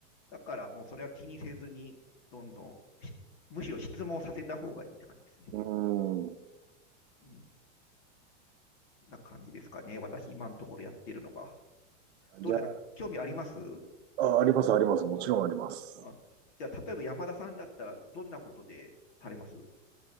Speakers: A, on the left; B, on the right.
A: だからもうそれは気にせずに、どんどん、むしろ質問させた方がいいって感じですね。
B: うー
A: うん。な感じですかね。私、今のところやってるのが。
B: ん。
A: どうですか興味あります
B: じゃあ、あ、あります、あります。もちろんあります。
A: あ、じゃあ、例えば山田さんだったら、どんなことでされます